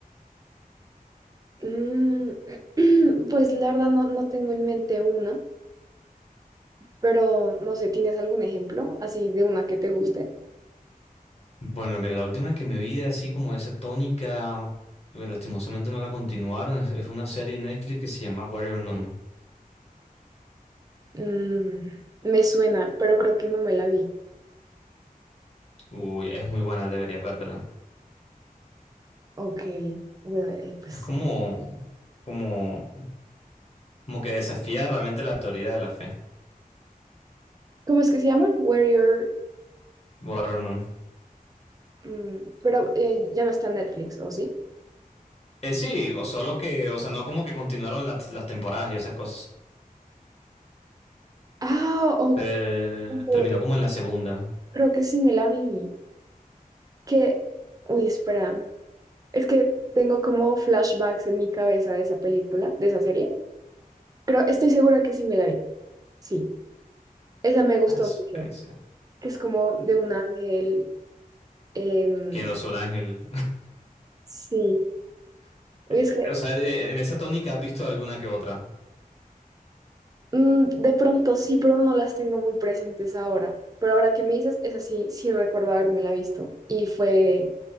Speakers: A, on the right; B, on the left.
A: Mm, <clears throat> pues la verdad no, no tengo en mente una, pero no sé, ¿tienes algún ejemplo así de una que te guste?
B: Bueno, mira, la última que me vi de así como esa tónica, que lastimosamente no la continuaron, es, es una serie en Netflix que se llama Warrior Nun.
A: Mm, me suena, pero creo que no me la vi.
B: Uy, es muy buena, deberías vértela.
A: Ok, bueno, eh, pues,
B: Es como, como, como que desafía realmente la teoría de la fe.
A: ¿cómo es que se llama? Where Your...
B: Warrior Nun.
A: mm, pero eh, ya no está en Netflix, ¿o sí?
B: Eh, sí, o solo que, o sea, no como que continuaron las las temporadas y esas cosas.
A: Ah, o
B: Eh,
A: o-
B: terminó como en la segunda.
A: creo que sí me la vi. Que, uy, espera, es que tengo como flashbacks en mi cabeza de esa película, de esa serie. Creo, estoy segura que sí me la vi. Sí, esa me gustó
B: Ah, su-
A: mucho,
B: eh, sí.
A: que es como de un ángel. em,
B: ¿Quién no es un ángel?
A: sí,
B: <laughs>
A: Uy,
B: Eh,
A: es que
B: O sea, de- en esa tónica has visto alguna que otra.
A: mm, de pronto sí, pero no las tengo muy presentes ahora. Pero ahora que me dices, esa sí, sí recuerdo la visto. Y fue,